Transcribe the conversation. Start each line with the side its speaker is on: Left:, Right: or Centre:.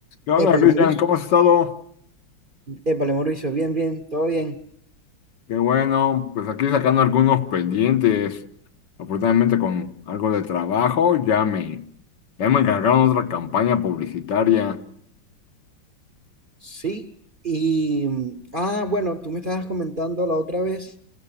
Left: ¿Qué onda,
Right: Épale,
Left: Cristian?
Right: Mauricio.
Left: ¿Cómo has estado?
Right: Épale, Mauricio. Bien, bien, todo bien.
Left: Qué bueno, pues aquí sacando algunos pendientes. Afortunadamente con algo de trabajo, ya me, ya me encargaron otra campaña publicitaria.
Right: Sí. Y, mm, ah, bueno, tú me estabas comentando la otra vez